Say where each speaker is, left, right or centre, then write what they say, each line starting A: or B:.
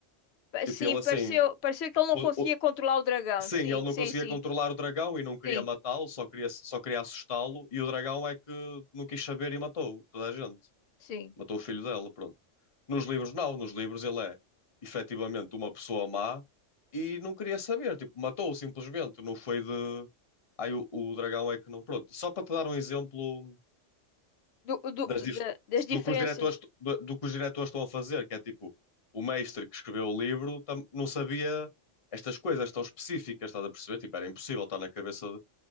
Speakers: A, on the left; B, on the left.
A: Pa- Sim,
B: Tipo, ele assim.
A: pareceu, pareceu que ele não
B: o-
A: conseguia
B: o-
A: controlar o dragão.
B: sim,
A: Sim,
B: ele não
A: sim,
B: conseguia
A: sim,
B: controlar o dragão e não queria
A: sim,
B: matá-lo, só queria, só queria assustá-lo, e o dragão é que não quis saber e matou toda a gente.
A: sim.
B: Matou o filho dela, pronto. Nos livros, não, nos livros ele é efetivamente uma pessoa má e não queria saber, tipo, matou-o simplesmente, não foi de. Aí o, o dragão é que não. Pronto, só para te dar um exemplo
A: Do, do,
B: das
A: da-
B: dif-
A: das diferenças.
B: do que os diretores, do, do que os diretores estão a fazer, que é tipo, o mestre que escreveu o livro tam- não sabia estas coisas tão específicas, estás a perceber? Tipo, era impossível estar na cabeça de-